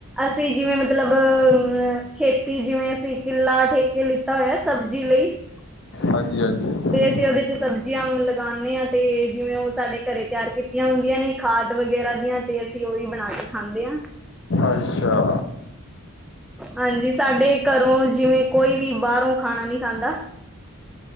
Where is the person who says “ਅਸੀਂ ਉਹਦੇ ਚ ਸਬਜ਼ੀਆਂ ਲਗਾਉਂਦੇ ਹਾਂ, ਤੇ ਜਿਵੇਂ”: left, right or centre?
Centre